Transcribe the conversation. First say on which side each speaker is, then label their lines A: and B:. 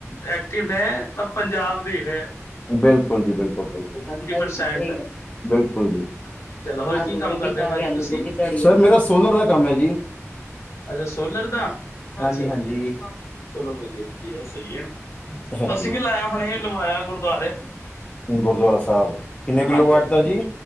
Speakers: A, on the left; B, on the left.
A: ਐਕਟਿਵ ਨੇ, ਉਹ ਪੰਜਾਬ ਦੇ ਰਹੇ
B: ਬਿਲਕੁਲ ਜੀ, ਬਿਲਕੁਲ। ਗੱਲ ਤਾਂ ਇੱਕੋ
A: ਪਰਸੈਂਟ
B: ਈ ਐ, ਬਿਲਕੁਲ ਜੀ,
A: ਚਲੋ ਹੋਰ
B: ਆਲੂ
A: ਕੀ ਕੰਮ
B: ਗੋਭੀ
A: ਕਰਦੇ
B: ਖਾਗੇ
A: ਭਾਜੀ
B: ਆਲੂ
A: ਤੁਸੀਂ
B: ਗੋਭੀ ਚ ਸਰ ਮੇਰਾ ਸੋਲਰ ਦਾ ਕੰਮ ਐ ਜੀ।
A: ਅੱਛਾ ਸੋਲਰ ਦਾ,
B: ਹਾਂਜੀ
A: ਅੱਛਾ
B: ਹਾਂਜੀ
A: ਵਧੀਆ, ਚਲੋ ਵਧੀਆ-ਵਧੀਆ ਸਹੀ ਹੈ।
B: ਹਾਂਜੀ
A: ਅਸੀਂ ਵੀ ਲਾਇਆ ਹੁਣੇ ਲਵਾਇਆ ਗੁਰਦੁਆਰੇ।
B: ਗੁਰਦੁਆਰਾ ਸਾਹਿਬ ਕਿੰਨੇ ਕਿਲੋ
A: ਹਾਂਜੀ-ਹਾਂਜੀ,
B: ਵਾਟ ਦਾ ਜੀ